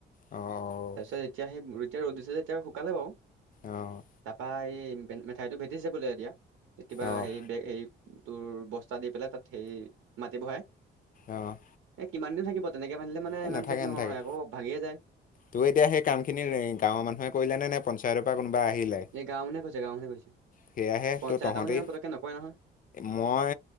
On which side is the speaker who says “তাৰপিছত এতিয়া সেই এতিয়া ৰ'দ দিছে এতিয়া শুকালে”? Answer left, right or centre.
Right